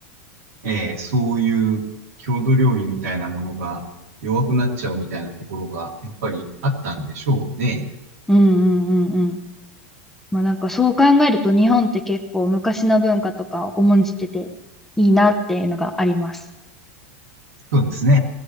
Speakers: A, on the right; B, in the centre.
A: ーえーそういう郷土料理みたいなものが弱くなっちゃうみたいなところが、やっぱりあったんでしょうね。
B: うんうんうんうん。まあなんかそう考えると日本って結構昔の文化とかを重んじてていいなっていうのがあります。
A: そうですね。